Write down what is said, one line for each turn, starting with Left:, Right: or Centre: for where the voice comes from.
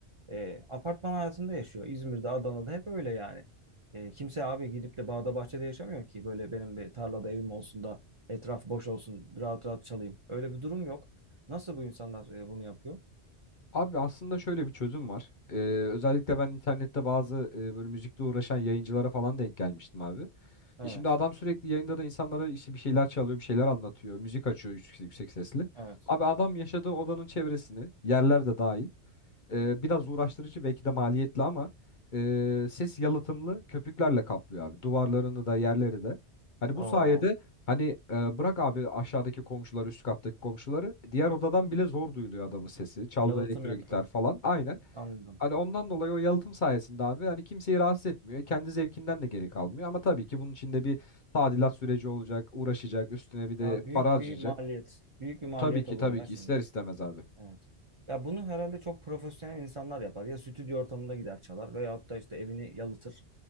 Right: e, apartman hayatında yaşıyor. İzmir'de Adana'da hep öyle yani. E, kimse abi gidip de bağda bahçede yaşamıyor ki böyle benim bir tarlada evim olsun da etraf boş olsun rahat rahat çalayım. Öyle bir durum yok. Nasıl bu insanlar e, bunu yapıyor?
Left: Abi aslında şöyle bir çözüm var. Ee, özellikle ben internette bazı e, böyle müzikle uğraşan yayıncılara falan denk gelmiştim abi.
Right: Evet.
Left: E şimdi adam sürekli yayında da insanlara işte bir şeyler çalıyor, bir şeyler anlatıyor, müzik açıyor yüksek, yüksek sesli.
Right: Evet.
Left: Abi adam yaşadığı odanın çevresini, yerler de dahil E, biraz uğraştırıcı belki de maliyetli ama e, ses yalıtımlı köpüklerle kaplıyor abi. Duvarlarını da yerleri de. Hani
Right: Oo,
Left: bu sayede hani e, bırak abi aşağıdaki komşuları üst kattaki komşuları diğer odadan bile zor duyuluyor adamın sesi. Çaldığı
Right: yalıtım
Left: elektro
Right: yapıyor.
Left: gitar falan aynen.
Right: Anladım.
Left: Hani ondan dolayı o yalıtım sayesinde abi hani kimseyi rahatsız etmiyor. Kendi zevkinden de geri kalmıyor ama tabii ki bunun içinde bir tadilat süreci olacak, uğraşacak, üstüne bir de
Right: Ya büyük
Left: para harcayacak.
Right: bir maliyet. Büyük bir
Left: E,
Right: maliyet
Left: tabii ki
Right: olur
Left: tabii
Right: ya
Left: ki
Right: şimdi.
Left: ister istemez abi.
Right: Evet. Ya bunu herhalde çok profesyonel insanlar yapar. Ya stüdyo ortamında gider çalar veyahut da işte evini yalıtır.